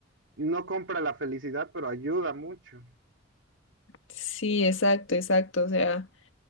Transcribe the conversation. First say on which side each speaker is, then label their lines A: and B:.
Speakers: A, on the right; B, on the left.
A: no compra la felicidad, pero ayuda mucho.
B: Sí, exacto, exacto, o sea.